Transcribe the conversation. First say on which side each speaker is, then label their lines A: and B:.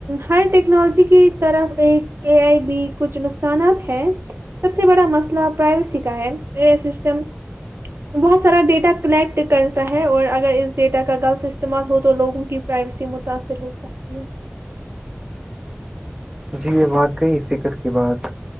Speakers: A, on the right; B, on the right.
A: ہر ٹیکنالوجی کی طرف ایک اے آئی بی کچھ نقصانات ہے سب سے بڑا مسئلہ پرائیویسی کا ہے اے آئی سسٹم بہت سارا ڈیٹا کلیکٹ کرتا ہے اور اگر اس ڈیٹا کا غلط استعمال ہو تو لوگوں کی پرائیویسی متاأثر ہو سکتی ہے
B: جی یہ واقعی فکر کی بات